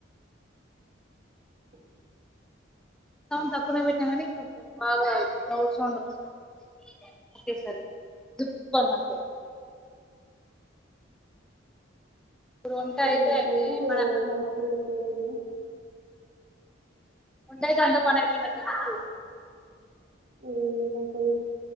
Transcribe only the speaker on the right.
అ
మొత్తానికి
అట్ల
హాస్పిటల్ల అయితుంది
అల్లా